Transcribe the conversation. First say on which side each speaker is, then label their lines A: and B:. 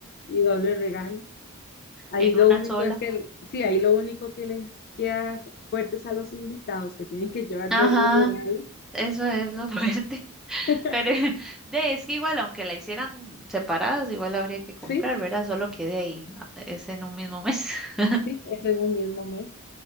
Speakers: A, on the left; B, in the centre.
A: y doble regalo. Ahí
B: en
A: lo
B: una
A: único
B: sola.
A: es que, el- sí, ahí lo único que les queda fuertes a los invitados que tienen que llevar
B: Ajá,
A: doble regalo.
B: eso es lo fuerte. <laughs>
A: <laughs>
B: Pero <laughs> de es que igual, aunque la hicieran separadas, igual habría que comprar,
A: Sí,
B: ¿verdad? Solo que de ahí a- es en un mismo mes. <laughs>
A: sí, es en un mismo mes.